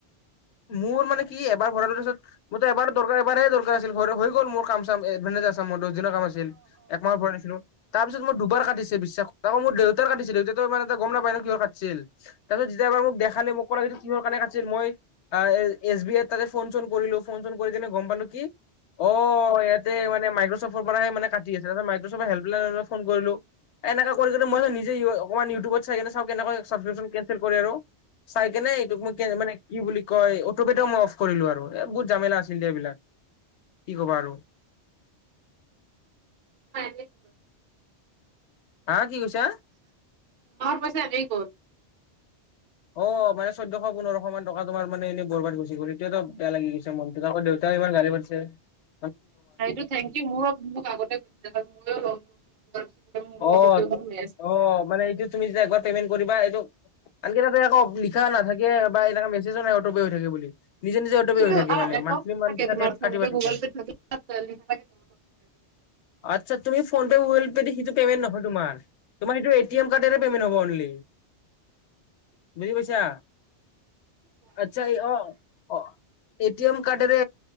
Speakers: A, on the left; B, on the right.
A: মোৰ মানে কি ভৰালো তাৰপিছত এবাৰ কি। দৰকাৰ পাৰে দৰকাৰ আছিল, হৈ গ'ল মোৰ কাম। Advantage Assam model. দুদিনৰ কাম আছিল, একমাহত ভৰাই দিছিলোঁ। তাৰ পিছত মোৰ দুৱাৰ কাটিছে, বিশ্বাস কৰা তাকো মোৰ দেউতাৰ কাটিছিল, দেউতা মানে ইমানতা গম নাপায় কিয় কাটিছিল? তাৰ পিছত যেতিয়া মোক দেখালে মোক ক'লে। কিহৰ কাৰণে কাটিছিল, মই এচবিআইৰ তাতে ফোন -চোন কৰিলোঁ ফোন -চোন কৰিকিনে গম পালোঁ কি? অ য়েত। দেই মানে মাইক্ৰচফ্টৰ পৰাই মানে কাট। আছে মাইক্ৰচফ্টৰ হেল্পলাইনট ফোন কৰিলোঁ। এনেকৈ কৰি যদি মই নিজে উৱাৰ অ। অকমান ইউটিউবত। চাওঁ, কেনেকৈ চাবক্ৰিপচন কেন। <unintelligible> কৰে আৰু। চায় কেনে এইটো মোক কে মানে কি বুলি কয়, অটপিটো কৰিলো আৰু এই বহুত ঝামেলা আছিল যে এইবিলাক। কি কবা আৰু।
B: <inaudible>
A: হা, কি কৈছা?
B: মাহৰ পইচা এনে গ'ল।
A: অ মানে চৈধ্যশ পোন্ধৰশ মান টকা তোমাৰ মানে এনে বৰবাত গুছি গ'ল। এইটো এটা বেয়া লাগি গৈছে মনতো আকৌ দেউতাই এইবাৰ <unintelligible>
B: আৰু এইটো থেংক ইউ মোৰ মোক আগতে <unintelligible> মোৰো
A: অ
B: অট'পে অন হৈ আছে।
A: অ মানে এইটো তুমি যে একবাৰ পেমেন্ট কৰিবা এইটো আনকি তাতে আকৌ লিখা নাথাকে বা এনেকা মেচেজও নাহে অটো থাকে বুলি। নিজে নিজে অট'পে
B: এইটো
A: হৈ থাকে
B: এটা
A: মানে
B: একাউণ্ট
A: মান্থলি মান্থলি
B: থাকে
A: কাটে
B: তোমাৰ ফ'ন
A: কাটিব
B: পে
A: থাকে
B: গুগল পে থাকে <unintelligible>
A: আচ্ছা তুমি ফ'ন পে গুগল পে দি সেইটো পেমেণ্ট নহয় তোমাৰ তোমাৰ সেইটো এটিএম কাৰ্ডেৰে পেমেণ্ট হ'ব অনলি। বুজি পাইছা। আচ্ছা এই অ অ। এটিএম কাৰ্ডেৰে